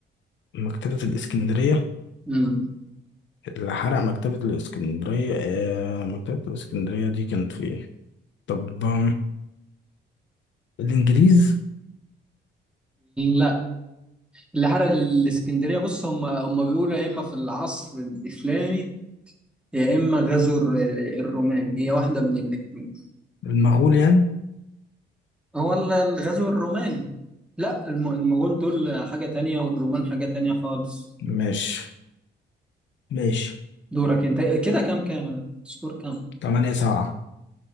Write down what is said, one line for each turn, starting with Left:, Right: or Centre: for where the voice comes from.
Left: مكتبة الإسكندرية
Centre: امم
Left: اللي حرق مكتبة الإسكندرية آه مكتبة الإسكندرية دي كانت فين؟ طب آم، الإنجليز
Centre: لا اللي حرق الاسكندرية بص هم هم بيقولوا يا اما في العصر الإسلامي يا اما غزو الر- الروماني هي واحدة من الاتنين
Left: المغول يعني
Centre: هو ال- الغزو الروماني لا الم- المغول دول حاجة تانية والرومان حاجة تانية خالص
Left: ماشي ماشي
Centre: دورك انت كده كام كام سكور كام
Left: تمانية سبعة